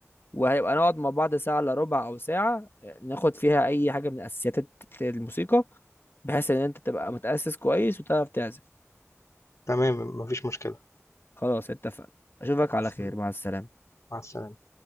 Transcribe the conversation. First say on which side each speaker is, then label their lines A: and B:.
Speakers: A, on the left (about 45°); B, on the left (about 70°).
A: وهيبقى نقعد مع بعض ساعه الا ربع او ساعه آه، ناخد فيها اي حاجه من اساسيات الت- الموسيقى بحيث ان انت تبقى متاسس كويس وتعرف تعزف
B: تمام مفيش مشكلة
A: خلاص اتفقنا اشوفك
B: مع
A: على
B: السلامة
A: خير مع السلامه
B: مع السلامة